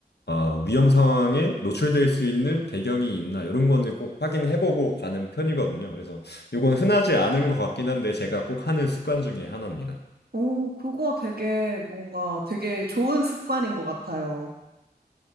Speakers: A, on the left (about 85°); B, on the right (about 70°).
A: 어, 위험 상황에 노출될 수 있는 배경이 있나 이런 거는 꼭 확인해 보고 가는 편이거든요. 그래서 이건 흔하지 않은 것 같긴 한데 제가 꼭 하는 습관 중에 하나입니다.
B: 오, 그거 되게 뭔가 되게 좋은 습관인 것 같아요.